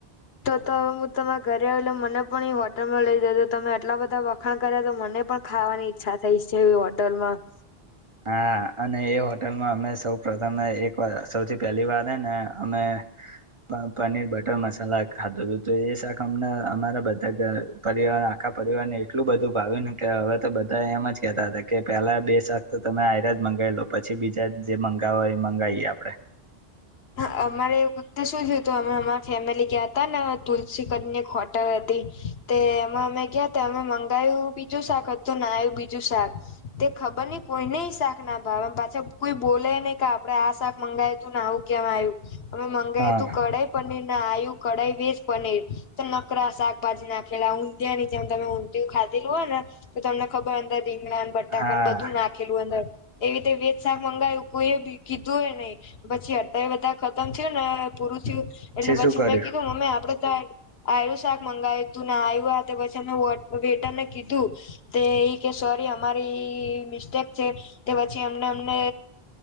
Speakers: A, on the left; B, on the right.
A: તો તો હવે હું તમારા ઘરે આવી એટલે મને પણ એ હોટલમાં લઈ જજો તમે એટલા બધા વખાણ કર્યા તો મને મને પણ ખાવાની ઈચ્છા થઈ છે, એવી હોટલમાં.
B: હા, અને એ હોટેલમાં અમે સૌ પ્રથમ એકવાર સૌથી પહેલીવાર હેને અમે પ પનીર બટર મસાલા ખાતો તો એ શાક અમણા અમારા બધા પરિવાર આખા પરિવારને એટલું બધું ભાવ્યું ને કે હવે તો બધા એમ જ કેતા હતા કે પેલા બે શાક તો તમે આયરા જ મંગાવી લો પછી બીજા જે મંગાવો એ મંગાવીએ આપડે.
A: હ, અમારે એ વખતે શું થયું હતું અમે અમારી ફેમિલી ગયાં તાને તુલસી કરને હોટલ હતી તે એમાં અમે ગયાતા અમે મંગાયું બીજું શાક હતું આયુ બીજું શાક તે ખ ખબરની કોઈને શાક ના ભાવે પાછા કોઈ બોલે નઈ આપડે આ શાક મંગાવ તુંને આવું કેમ આવ્યું, અમે મંગાવ
B: હા
A: તું કડાઈ પનીર આયું કઢાઈ વેજ પનીર તો નકરા શાકભાજી નાખેલા ઊંધિયા ની જેમ તમે ઊંધિું ખા- હોય ને તો તમને ખબર અંદર રીંગ બટા
B: હા
A: બધું નાખેલું અંદર એવી રતે વેજ શાક મંગાવ્યું કોઈ બી કીધું હોય નહી પછી અડતા એ બધા ખતમ થ ને પૂરું થયું એટલે પછી
B: શું કર્યું
A: મેં કીધું મમ્મી આપડે તો આ શાક મંગાવ્યું તું આવ્યું આ તે પછી અમે વેટર ને કીધું તે એ કે શો અમારી મિસ્ટેક છે પછી અમને અમને